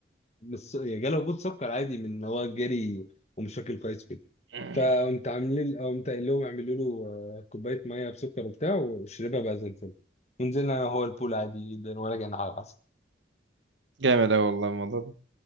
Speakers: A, on the left (about 35°); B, on the right (about 85°).
A: مش س- يعني جاله هبوط سكر عادي من إن هو جري ومش واكل كويس
B: <laughs>
A: فقمت عاملين قمت قايل لهم اعملوا له آه، كوبايه ميه بسكر وبتاع وشربها بقى زي الفل ونزلنا انا وهو البول عادي جدا ولا كان حاجه حصل
B: جامد اوي والله الموضوع ده